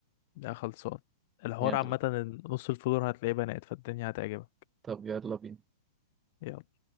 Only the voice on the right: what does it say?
يلا
طب يلا بينا